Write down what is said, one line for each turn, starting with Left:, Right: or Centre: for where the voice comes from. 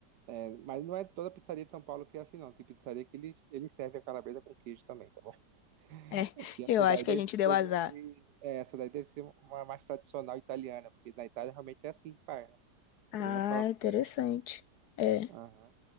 Right: é, mas não é toda pizzaria de São Paulo que é assim, não. Tem pizzaria que eles, eles servem a calabresa com queijo também, tá bom?
Left: É,
Right: É que essa
Left: eu acho
Right: daí
Left: que
Right: deve,
Left: a gente deu
Right: devia
Left: azar.
Right: ser, é, essa daí deve ser uma mais tradicional italiana, porque na Itália realmente é assim que faz, né?
Left: Ah,
Right: Eles não colocam
Left: interessante.
Right: queijo.
Left: É.
Right: Aham.